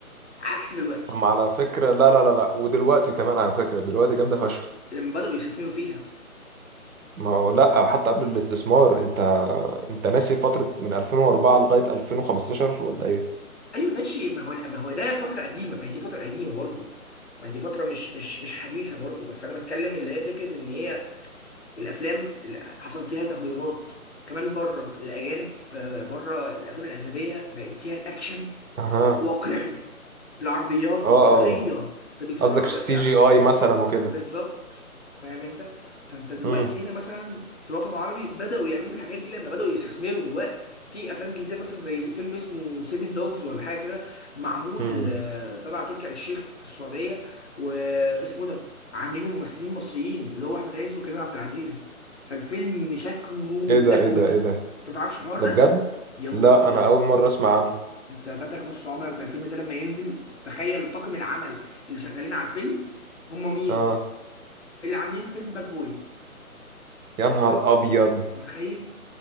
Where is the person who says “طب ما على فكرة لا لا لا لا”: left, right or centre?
Right